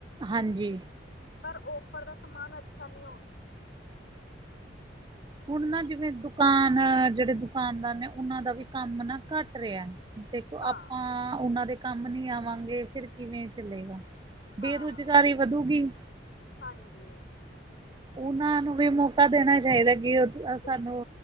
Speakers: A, on the right; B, on the left.
A: ਹਾਂਜੀ।
B: ਪਰ ਓਫਰ ਦਾ ਸਮਾਨ ਅੱਛਾ ਨਈ ਹੁੰਦਾ। <unintelligible>
A: ਹੁਨ ਨਾ ਜਿਵੇਂ ਦੁਕਾਨ ਜੇੜੇ ਦੁਕਾਨਦਾਰ ਨੇ ਓਨਾਂ ਦਾ ਵੀ ਕੰਮ ਨਾ ਘੱਟ ਰਿਆ। ਦੇਖੋ
B: ਹਾਂ
A: ਆਪਾਂ ਓਨਾਂ ਦੇ ਕੰਮ ਨੀ ਆਵਾਂਗੇ ਫਿਰ ਕਿਵੇਂ ਚੱਲੇਗਾ।
B: ਹਾਂ,
A: ਬੇਰੁਜ਼ਗਾਰੀ ਵਧੂਗੀ।
B: ਹਾਂਜੀ।
A: ਓਨਾਂ ਨੂੰ ਵੀ ਮੋਕਾ ਦੇਨਾ ਚਾਈਦਾ ਕੇ ਓ
B: ਦੇਣਾ
A: ਸਾਨੂੰ